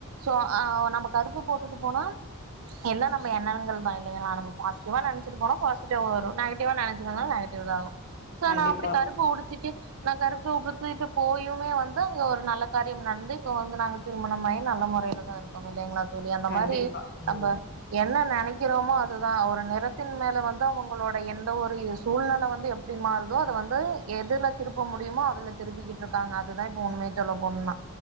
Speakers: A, on the right; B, on the left.
A: சோ ஆ நம்ம கருப்பு போட்டுட்டு போனா எல்லா நம்ம எண்ணங்கள் தா இல்லைங்களா நம்ம பாசிட்டிவா நெனைச்சிட்டு போனு பாசிட்டிவா வரு நெகட்டிவ நினைச்சிங்கனா நெகட்டிவ் தா வரு சோ
B: கண்டிப்பா
A: நா அப்படி கருப்ப உடுத்திட்டு நா கருப்ப உடுத்துட்டு போயுமே வந்து அங்க ஒரு நல்ல காரியம் நடந்து இப்போ வந்து நாங்க திருமணம் ஆயி நல்ல முறையிலதா இருக்கோங்க இல்லைங்களா தோழி அந்த
B: கண்டிப்பா
A: மாரி நம்ப
B: ம்
A: என்ன நெனைக்கிறோமோ அதுதா ஒரு நிறத்தின் மேல வந்து அவுங்களோட எந்த ஒரு சூழ்நிலை வந்துப் எப்டி மாறுதோ அத வந்து எதுல திருப்ப முடியுமோ அதுல திருப்பிக்கிட்டு இருக்காங்க அதுதா இப்போ உண்மையே சொல்ல போண்ணுன்னா